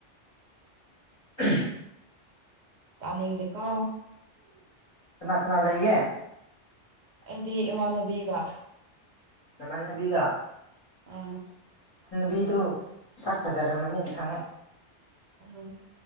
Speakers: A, on the left (about 25°); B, on the right (about 60°).
A: <inaudible>
B: ꯇꯥꯅꯤꯗꯀꯣ
A: ꯃꯥ ꯂꯩꯒꯦ
B: ꯑꯩꯗꯤ ꯏꯃꯥꯟꯅꯨꯕꯤꯒ
A: ꯅꯅꯕꯕꯤꯒ
B: ꯎꯝ
A: ꯕꯤꯗꯨ ꯁꯛ ꯐꯖꯔꯝꯃꯅꯤ ꯈꯪꯉꯦ
B: ꯎꯝ